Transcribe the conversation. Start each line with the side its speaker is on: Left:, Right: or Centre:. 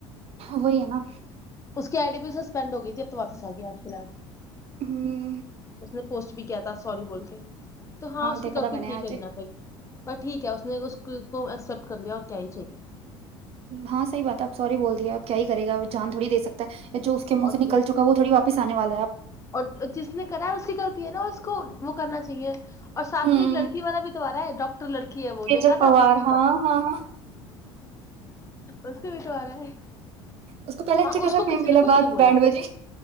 Right: وہی ہے نا
Left: اس کی آئی ڈی بھی سسپینڈ ہو گئی تھی اب تو واپس آ گیا آج فی الحال
Right: ہوں
Left: اس نے پوسٹ بھی کیا تھا سوری بول کے تو ہاں اس
Right: دیکھا
Left: کی غلطی
Right: تھا میں نے
Left: تھی
Right: آج
Left: کہیں نہ کہیں پر ٹھیک ہے اس نے اس وہ ایکسپٹ کر لیا اور کیا ہی چاہیے
Right: ہاں صحی بات ہے اب سوری بول دیا اب کیا ہی کرے گا جان تھوڑی دے سکتا ہے اب جو اس کے منہ
Left: اور
Right: سے نل
Left: کیا
Right: چکا وہ تھوی واپس آنے والا ہے اب
Left: اور جس نے کرا ہے اس کی غلطی ہے نا اس کو وہ کرنا چاہیے اور ساتھ
Right: ہوں
Left: میں ایک لڑکی والا بھی تو ا رہا ہے ڈاکٹر لڑکی ہے وہ
Right: تیجل
Left: دیکھا تھا
Right: پوار
Left: آپ نے اس
Right: ہاں
Left: کا
Right: ہاں ہاں
Left: اس کے بھی تو آ رہا ہے
Right: اس کو پہلے اچھا
Left: ہاں
Right: خاصا
Left: اس کو
Right: فیم
Left: کسی
Right: ملا
Left: نے کچھ
Right: بعد
Left: نہیں
Right: میں
Left: بولا
Right: بیینٹھ بجے